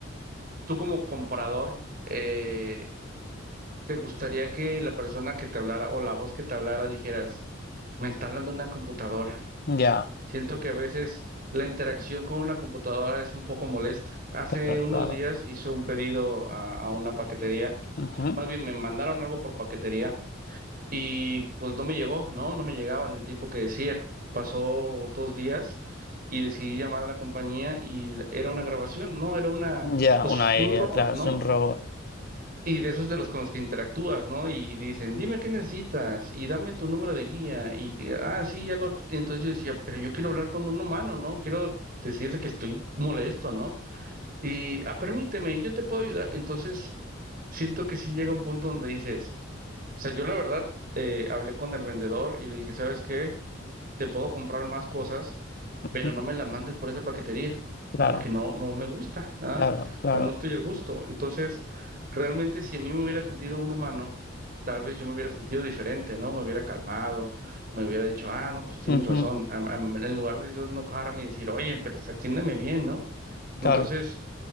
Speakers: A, on the right; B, on the left.
A: tú como comprador, eh, te gustaría que la persona que te hablara o la voz que te hablara dijeras, me está hablando una computadora.
B: Ya,
A: Siento que a veces la interacción con una computadora es un poco molesta. Hace
B: claro,
A: unos
B: claro.
A: días hice un pedido a a una paquetería,
B: Ujú.
A: más bien me mandaron algo por paquetería Y pues no me llegó, ¿no? No me llegaba en el tiempo que decía. Pasó dos días y decidí llamar a la compañía y l- era una grabación, ¿no? Era una,
B: Ya,
A: pues
B: una
A: un
B: IA,
A: robot,
B: claro,
A: ¿no?
B: es un robot.
A: Y de esos de los con los que interactúas, ¿no? Y dicen, dime qué necesitas y dame tu número de guía. Y, que, ah, sí, ya lo... Entonces yo decía, pero yo quiero hablar con un humano, ¿no? Quiero decirle que estoy molesto, ¿no? Y "Ah, permíteme, yo te puedo ayudar. Entonces, siento que sí llega un punto donde dices, o sea, yo la verdad eh, hablé con el vendedor y le dije, ¿sabes qué? Te puedo comprar más cosas,
B: Ujú.
A: pero no me las mandes por esa paquetería,
B: Claro,
A: porque no, no me gusta, ¿ah?
B: claro,
A: O
B: claro.
A: sea, no estoy a gusto. Entonces, realmente si a mí me hubiera atendido un humano, tal vez yo me hubiera sentido diferente, ¿no? Me hubiera calmado, me hubiera dicho, ah, no, pues tienes
B: Ujú.
A: razón, Am- am- en lugar de yo enojarme y decir, oye, pero pues atiéndeme bien, ¿no? Entonces...
B: Claro,